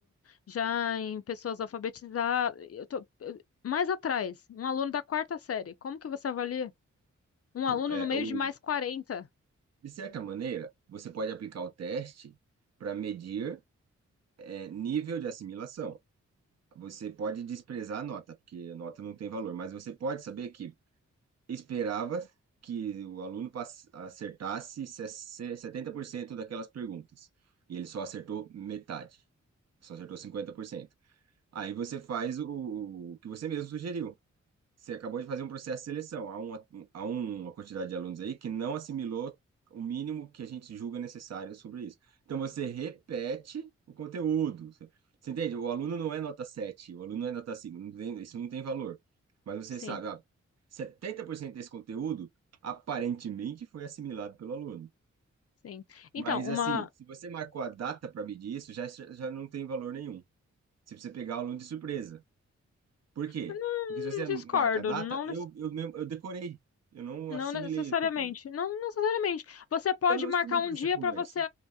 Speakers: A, on the left; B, on the right.
A: já em pessoas alfabetizadas. Eu tô, eu- mais atrás, um aluno da quarta série. Como que você avalia? Um aluno
B: É,
A: no meio
B: o
A: de mais quarenta
B: De certa maneira, você pode aplicar o teste para medir é, nível de assimilação. Você pode desprezar a nota, porque a nota não tem valor, mas você pode saber que esperava que o aluno pass- acertasse 70% daquelas perguntas, e ele só acertou metade, só acertou 50%. Aí você faz o, o que você mesmo sugeriu. Você acabou de fazer um processo de seleção. Há uma, há um, uma quantidade de alunos aí que não assimilou o mínimo que a gente julga necessário sobre isso. Então, você repete o conteúdo. Você, você entende? O aluno não é nota 7. o aluno não é nota 5. não tem- isso não tem valor. Mas você
A: Sim,
B: sabe, ó, 70% desse conteúdo aparentemente foi assimilado pelo aluno.
A: sim. Então,
B: Mas,
A: uma.
B: assim, se você marcou a data para medir isso, já, já não tem valor nenhum. Você precisa pegar o aluno de surpresa. Por quê?
A: Não
B: Porque se você
A: discordo,
B: marca a data,
A: não
B: eu, eu mesmo, eu decorei, eu não
A: Não
B: assimilei
A: necessariamente.
B: o conteúdo.
A: Não necessariamente. Você pode
B: Eu não
A: marcar
B: estudei
A: um
B: para essa
A: dia
B: conversa.
A: para você.